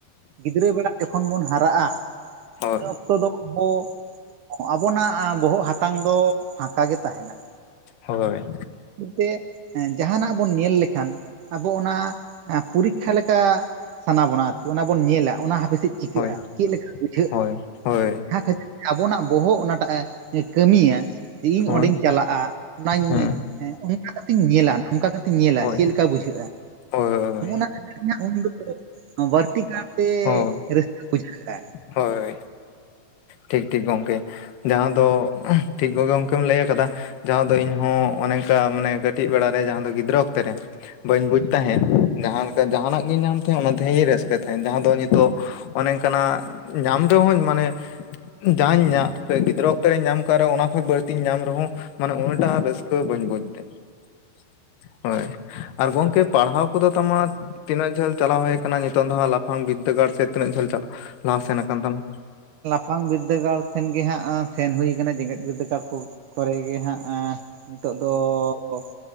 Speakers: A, on the right; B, on the left.
A: ᱜᱤᱫᱽᱨᱟᱹ ᱵᱮᱲᱟ ᱡᱚᱠᱷᱚᱱ ᱵᱚᱱ ᱦᱟᱨᱟᱜᱼᱟ
B: ᱦᱳᱭ
A: ᱤᱱᱟ ᱚᱠᱛᱚ ᱫᱚ <unintelligible> ᱟᱵᱚᱱᱟᱜ ᱵᱚᱦᱚᱜ ᱦᱟ ᱠᱷᱟᱱ ᱫᱚ ᱯᱷᱟᱸᱠᱟ ᱜᱮ ᱛᱟᱦᱮᱸᱱᱟ
B: ᱦᱳᱭ
A: ᱡᱮ ᱡᱟᱦᱟᱱᱟᱜ ᱵᱚᱱ ᱧᱮᱞ ᱞᱮᱠᱷᱟᱱ ᱟᱵᱚ ᱚᱱᱟ ᱯᱚᱨᱤᱠᱠᱷᱟ ᱞᱮᱠ ᱞᱮᱠᱟ ᱥᱟᱱᱟ ᱵᱚᱱᱟ ᱟᱨᱠᱤ ᱚᱱᱟ ᱵᱚᱱ ᱧᱮᱞᱟ ᱚᱱᱟ ᱦᱟᱹᱯᱮᱥᱤᱫ <unintelligible> ᱪᱤᱠᱟᱹᱜᱼᱟ
B: ᱦᱳᱭ
A: ᱪᱮᱫ ᱞᱮᱠᱟ ᱵᱩᱡᱷᱟᱹᱜ,
B: ᱦᱳᱭ ᱦᱳᱭ
A: ᱡᱟᱦᱟᱸ ᱠᱷᱟᱹᱛᱤᱨ ᱛᱮ ᱟᱵᱚᱱᱟᱜ ᱵᱚᱦᱚᱜ ᱚᱱᱟᱴᱟᱜ ᱮ ᱠᱟᱹᱢᱤᱭᱟ ᱡᱮ ᱤᱧ
B: ᱦᱳᱭ
A: ᱚᱸᱰᱮᱧ ᱪᱟᱞᱟᱜᱼᱟ ᱚᱱᱟᱧ
B: ᱦᱮᱸ
A: ᱚᱱᱠᱟ ᱠᱟᱛᱮᱧ ᱧᱮᱞᱟ ᱱᱚᱝᱠᱟ ᱠᱟᱛᱮ ᱧᱮᱞᱟ
B: ᱦᱳᱭ
A: ᱪᱮᱫ ᱞᱮᱠᱟ ᱵᱩᱡᱷᱟᱹᱜᱼᱟ
B: ᱦᱳᱭ
A: ᱾
B: ᱦᱳᱭ
A: ᱱᱚᱼᱚᱜ ᱱᱟ ᱠᱷᱟᱹᱛᱤᱨ ᱜᱮ ᱱᱟᱦᱟᱜ ᱩᱱ ᱦᱤᱞᱚᱜ ᱫᱚ ᱵᱟᱹᱲᱛᱤ ᱠᱟᱨᱛᱮ
B: ᱦᱳᱭ
A: ᱨᱟᱹᱥᱠᱟᱹ ᱵᱩᱡᱷᱟᱹᱜᱼᱟ᱾
B: ᱦᱳᱭ ᱴᱷᱤᱠ ᱴᱷᱤᱠ ᱜᱚᱝᱠᱮ ᱡᱟᱦᱟᱸ ᱫᱚ ᱴᱷᱤᱠ ᱜᱮ ᱜᱚᱝᱠᱮᱢ ᱞᱟᱹᱭ ᱟᱠᱟᱫᱟ ᱾ ᱡᱟᱦᱟᱸ ᱫᱚ ᱤᱧᱦᱚᱸ ᱚᱱᱮ ᱚᱱᱠᱟ ᱢᱟᱱᱮ ᱠᱟᱹᱴᱤᱡ ᱵᱮᱲᱟᱨᱮ ᱡᱟᱦᱟᱸ ᱫᱚ ᱜᱤᱫᱽᱨᱟᱹ ᱚᱠᱛᱮ ᱨᱮ ᱵᱟᱹᱧ ᱵᱩᱡ ᱛᱟᱦᱮᱸᱫ ᱡᱟᱦᱟᱸ ᱞᱮᱠᱟ ᱡᱟᱦᱟᱸᱱᱟᱜ ᱜᱤᱧ ᱧᱟᱢ ᱛᱟᱦᱮᱸ ᱚᱱᱟ ᱛᱮᱦᱚᱤᱧ ᱨᱟᱹᱥᱠᱟᱹᱜ ᱛᱟᱦᱮᱸᱫ ᱡᱟᱦᱟᱸ ᱫᱚ ᱱᱤᱛᱚᱜ ᱚᱱᱮ ᱚᱱᱠᱟᱱᱟᱜ ᱧᱟᱢ ᱨᱮᱦᱚᱧ ᱢᱟᱱᱮ ᱡᱟᱦᱟᱸᱟᱧ ᱧᱟᱢ ᱜᱤᱫᱽᱨᱟᱹ ᱚᱠᱛᱮ ᱨᱤᱧ ᱧᱟᱢ ᱠᱟᱫ ᱨᱮᱦᱚᱸ ᱚᱱᱟ ᱠᱷᱚᱡ ᱵᱟᱹᱲᱛᱤᱧ ᱧᱟᱢ ᱨᱮᱦᱚᱸ ᱢᱟᱱᱮ ᱩᱱᱟᱹᱴᱟᱜ ᱦᱟᱸ ᱨᱟᱹᱥᱠᱟᱹ ᱵᱟᱹᱧ ᱵᱩᱡᱫᱟ ᱾ ᱦᱳᱭ, ᱟᱨ ᱜᱚᱝᱠᱮ ᱯᱟᱲᱦᱟᱣ ᱠᱚᱫᱚ ᱛᱟᱢᱟ ᱛᱤᱱᱟᱹᱜ ᱡᱷᱟᱹᱞ ᱪᱟᱞᱟᱣ ᱦᱩᱭ ᱟᱠᱟᱱᱟ ᱱᱤᱛᱚᱝ ᱫᱚ ᱦᱟᱸᱜ ᱞᱟᱯᱷᱟᱝ ᱵᱤᱫᱫᱟᱹᱜᱟᱲ ᱥᱮᱛ ᱛᱤᱱᱟᱹᱡᱷᱟᱹᱞ ᱪᱟᱞᱟᱣ? ᱞᱟᱦᱟ ᱥᱮᱱ ᱠᱟᱱ ᱛᱟᱢᱟ?
A: ᱯᱷᱟᱝ ᱵᱤᱫᱽᱫᱟᱹᱜᱟᱲ ᱥᱮᱱᱜᱮ ᱦᱟᱸᱜ ᱥᱮᱱ ᱦᱳᱭ ᱠᱟᱱᱟ ᱡᱮᱜᱮᱛ ᱵᱤᱨᱽᱫᱟᱹᱜᱟᱲ ᱠᱚ ᱠᱚᱨᱮ ᱜᱮ ᱦᱟᱸᱜ ᱾ ᱱᱤᱛᱚᱜ ᱫᱚ ᱚ